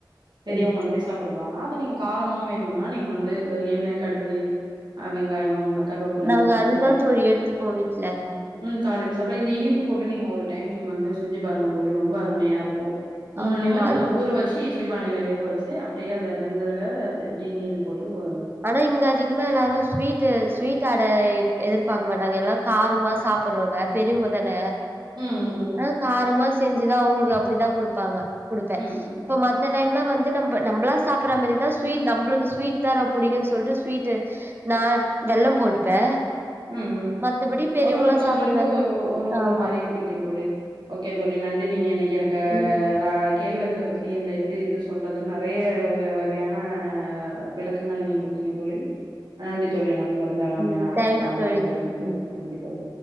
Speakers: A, on the right; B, on the right.
A: பெரியவங்களுமே
B: ம்
A: சாப் புடுவாங்க நீங்க காரமா வேணுனா நீங்க வந்து எண்ணெ கடுகு ஆ வெங்காயோ அந்த
B: நாங்க
A: மாரி
B: அதுதா
A: போட்டுட்டு
B: தோழி எட்த்துப்போ விட்ல
A: ம் காலிக்கு சாப்பா இந்த இனிப்பு போட்டு நீங்க ஒரு டைம் வந்து செஞ்சு பாருங்க தோழி ரொம்ப அருமையா இரு க்கு மூணு
B: ஆமா
A: நிமிட
B: ஆமா அது
A: அத ஊற வெ ச்சு இட்லி பானையில வேக வெச்சு அப்டியே அத வெந்ததுல அது ஜீனி இது போட்டு ஒ
B: ஆனா இங்க அதிகமா எல்லாரு ஸ்வீட்டு ஸ்வீட் அடை எதிர்பாக்க மாட்டாங்க எல்லா காரமா சாப்புறவங்க பெரியவுங்க தான
A: ம், ம்.
B: ஆ காரமா செஞ்சுதா அவுங்களுக்கு அப்டித்தா குடுப்பாங்க குடுப்பே
A: ம், ம்.
B: இப்ப மத் த்த டைம்லா வந்து நம்ப நம்ப்ளா சாப்பிற மாரிதா ஸ்விட் நம்ப்ளுக்கு ஸ்விட்தா ரொ புடிக்குன் சொல்ட்டு ஸ்வீட்டு நா வெள்ளம் போட்டுப்பே
A: ம்
B: மத்தபடி பெரியவங்களா
A: ஒரு ஒருத்தவங்களுக்கு
B: சாப்புடுதாருந்தா
A: ஒரு ஒரு ஒரு
B: ஆமா
A: மாரி பிடிக்குந் தோழி ஓகே தோழி நன்றி நீங்க இன்னைக்கு எனக்கு
B: ம்
A: ரா கேழ்வரக பத்தி இந்த எப்டி இது சொல்றதுன் நெறைய வ வகையான விளக்கங்கள் நீங்க என் குடுத்தீங்க தோழி நன்றி தோழி நாம் தொடர்ந்து நாம
B: ம்
A: அனைத்து
B: தேங்க்ஸ் தோழி
A: <unintelligible> தோழி
B: ம்
A: நன்றி தோழி